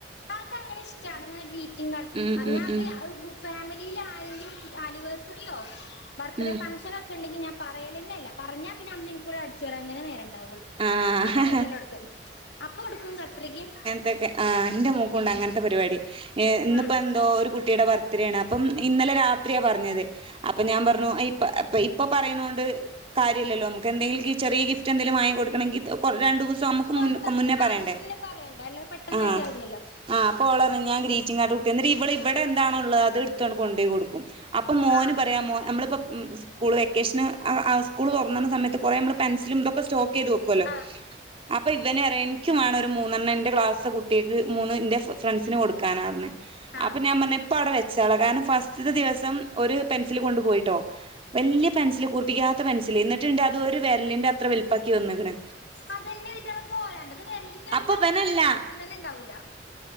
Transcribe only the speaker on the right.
ഉം ഉം
ഉം
ഉം
ആഹ്
തെക്കേ ങഇന്റെ മോക്കുംണ്ട് അങ്ങനത്തെ പരിപാടി യെ ഇന്ന്പ്പോ
എന്തോ ഒര് കുട്ടീടെ ബർത്ത് ഡേ ആണ് അ പ്പം ഇന്നലെ രാത്രിയാ പറഞ്ഞത് അപ്പം ഞാൻ പറഞ്ഞു ഇപ്പ പ്പ ഇപ്പൊ പറയ്ന്നകൊണ്ട് കാര്യലല്ലോ നമക്ക് എന്തെങ്കിലും ഗി ചെറിയ ഗിഫ്റ്റ് എൻതേലും വാങ്ങി കൊട് കണങ്കി <unintelligible> കൊ രണ്ടുമൂന്നുസം അമ്മക്ക്
മുൻ ക്കും മുന്നേ
പറയണ്ടേ
ആഹ്
ആ അപ്പൊ ഓള് പർഞ്ഞ് ഞാൻ ഗ്രീ ചിങ്ങാ <unintelligible> എന്നിറ്റ് ഇവള് ഇവിടെ എന്താണുള്ളത് അത് ഇട്ത്താണ്ട് കൊണ്ടേയ്കൊടുക്കും അപ്പൊ മോന്
പറയാ മോ നമ്മളിപ്പോ ഉം സ്കൂള് വെക്കേഷന് ആ ആ സ്കൂള് തുറന്ന സയത്ത് കൊറേ നമ്മള് പെൻസിലും ഇതൊക്കെ സ്റ്റോക്ക് ചെയ്തു വെ കല്ലോ
അപ്പൊ ഇവനറയാ ഇൻക്ക് വാണം ഒരു ഒരു മൂന്നെണ്ണം എന്റെ ക്ലാസ്ലെ കുട്ട്യാക്ക് മൂന്ന് എന്റെ ഫ്രണ്ട്സിന് കൊടുക്കാനാർഞ്ഞ്
അപ്പം ഞാൻ പർഞ്ഞ് ഇപ്പാവ്ടെ വെ ച്ചാളാ കാരണം ഫസ്റ്റ്തെ ദിവസം ഒരു പെൻസില് കൊണ്ടു പോയിട്ടോ വല്ല്യ പെൻസില് കൂർപ്പിക്കാത്ത പെൻസില് ഇന്നിട്ട്ണ്ട് അത് ഒരു വെര്ലിന്റെ അത്ര വലുപ്പാക്കി വന്നക്ക്ണ്
അപ്പൊ ഇവനല്ല